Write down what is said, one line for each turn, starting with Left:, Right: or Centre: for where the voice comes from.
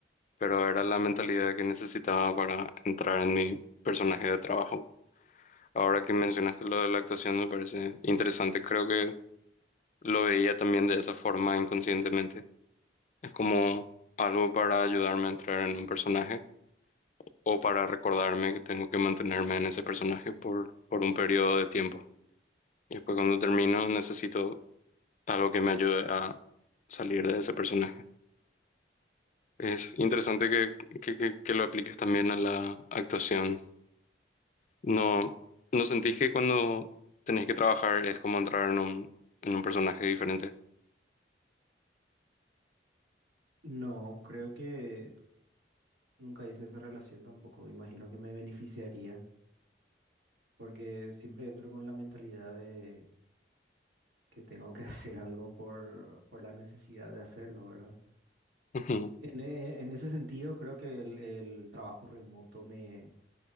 Left: pero era la mentalidad que necesitaba para entrar en mi personaje de trabajo. Ahora que mencionaste lo de la actuación me parece interesante. Creo que lo veía también de esa forma inconscientemente. Es como algo para ayudarme a entrar en un personaje o para recordarme que tengo que mantenerme en ese personaje por, por un periodo de tiempo. Y después cuando termino necesito algo que me ayude a salir de ese personaje. Es interesante que, que, que- que lo apliques también a la actuación. ¿No, no sentís que cuando tenés que trabajar es como entrar en un, en un personaje diferente?
Right: No, creo que nunca hice esa relación tampoco. Imagino que me beneficiaría porque siempre entro con la mentalidad de que tengo que <laughs> hacer algo por, por la necesidad de hacerlo, ¿verdad?
Left: Ujú,
Right: En, e- en ese sentido, creo que el, el trabajo remoto me,